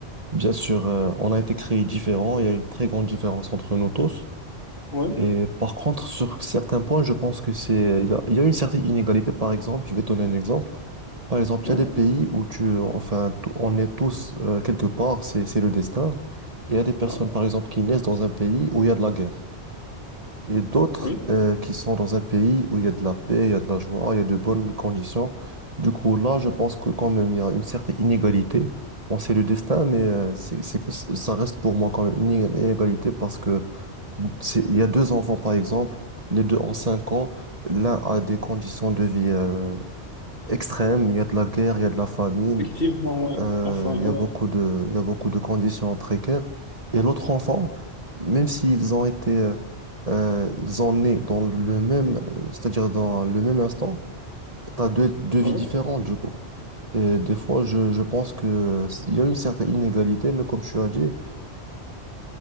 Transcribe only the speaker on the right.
bien sûr, euh, on a été créés différents, il y a une très grande différence entre nous tous.
Et par contre, sur certains points, je pense que c'est, il y a, il y a une certaine inégalité. Par exemple, je vais te donner un exemple. Par exemple,
il y a des pays où tu, enfin, tou- on est tous euh, quelque part, c'est, c'est le destin. Et il y a des personnes,
par exemple, qui naissent dans un pays où il y a de la guerre. Et d'autres
euh, qui sont dans un pays où il y a de la paix, il y a de la joie, il y a de bonnes conditions. Du coup, là, je pense que quand même, il y a une certaine inégalité. Bon, c'est le destin, mais euh, c'est, c'est que c- ça reste pour moi quand même une inégalité parce que c'est- Il y a deux enfants, par exemple, les deux ont cinq ans. L'un a des conditions de vie euh, extrêmes. Il y a de la guerre, il y a de la famine,
euh,
il
y a beaucoup de, il y a beaucoup de conditions précaires. Et l'autre enfant, même s'ils ont été, euh, euh, ils ont né dans le même, euh, c'est-à-dire dans le même instant, tu as deux, deux vies
différentes, du coup. Et des fois, je, je pense que euh, il y a une certaine inégalité, mais comme tu as dit,